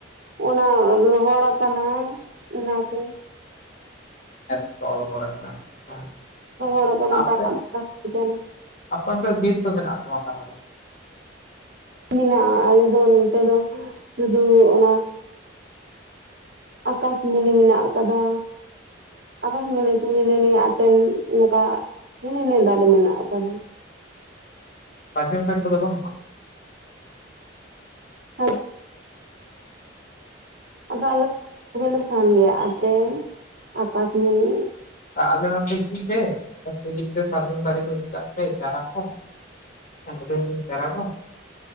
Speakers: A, on the right; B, on the left.
A: ᱚᱱᱟ ᱨᱚᱦᱚᱲ ᱟᱠᱟᱱᱟ ᱚᱱᱟ ᱠᱩ
B: <unintelligible>
A: ᱨᱚᱦᱚᱲ ᱟᱠᱟᱱᱟ
B: ᱟᱯᱮ
A: ᱯᱟᱲᱟᱜ ᱵᱟᱲᱟ ᱦᱩᱭ ᱟᱠᱟᱱᱟ
B: ᱟᱯᱮ ᱚᱱᱛᱮ ᱫᱚ ᱵᱤᱨ ᱫᱚ ᱢᱮᱱᱟᱜ-ᱟ ᱥᱮ ᱵᱟᱝ ᱛᱟᱦᱚᱞᱮ
A: ᱢᱮᱱᱟᱜᱼᱟ ᱟᱞᱮ ᱫᱚ ᱱᱚᱛᱮ ᱫᱚ ᱥᱩᱫᱩ ᱚᱱᱟ ᱟᱠᱟᱥᱢᱩᱱᱤ ᱢᱮᱱᱟᱜ ᱟᱠᱟᱫᱟ ᱟᱠᱟᱥ ᱢᱩᱱᱤ ᱠᱚ ᱦᱤᱱᱟᱹ ᱱᱤᱭᱟᱹ ᱟᱴᱮᱱ ᱚᱱᱠᱟ ᱦᱤᱱᱟᱹ ᱱᱤᱭᱟᱹ ᱫᱟᱨᱮ ᱢᱮᱱᱟᱜ ᱟᱠᱟᱫᱟ
B: ᱥᱟᱨᱡᱚᱢ ᱫᱟᱨᱤ ᱠᱚᱫᱚ ᱵᱟᱹᱱᱩᱜᱼᱟ
A: ᱦᱮᱸ ᱟᱫᱚ ᱟᱞᱮ ᱠᱚᱜᱮ ᱞᱮ ᱥᱟᱦᱟᱱ ᱜᱮᱭᱟ ᱟᱴᱮᱱ ᱟᱠᱟᱥ ᱢᱩᱱᱤ
B: ᱟᱨ ᱟᱞᱮ ᱱᱚᱛᱮ ᱦᱤᱡᱩᱜ ᱯᱮ ᱦᱤᱡᱩᱜ ᱛᱮ ᱥᱟᱨᱡᱚᱢ ᱫᱟᱨᱮ ᱠᱚ ᱤᱫᱤ ᱠᱟᱜ ᱯᱮ ᱪᱟᱨᱟ ᱠᱚ ᱦᱩᱰᱤᱧ ᱦᱩᱰᱤᱧ ᱪᱟᱨᱟ ᱠᱚ